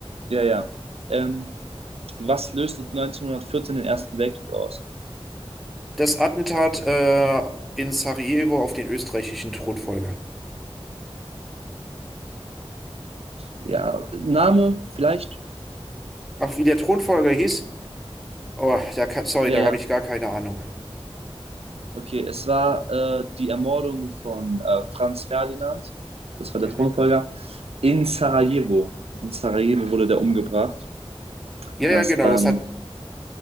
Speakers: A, on the right (about 75°); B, in the centre.
A: ja, ja. Ähm, was löste 1914 den Ersten Weltkrieg aus?
B: Das Attentat äh, in Sarajevo auf den österreichischen Thronfolger.
A: Ja, Name vielleicht?
B: Ach, wie der Thronfolger hieß? Oh, da kann, sorry,
A: Ja,
B: da
A: ja.
B: habe ich gar keine Ahnung.
A: Okay, es war äh, die Ermordung von äh, Franz Ferdinand, das war
B: Mhm.
A: der Thronfolger, in Sarajevo. In Sarajevo wurde der umgebracht,
B: Ja,
A: was
B: ja, genau,
A: dann
B: das hat,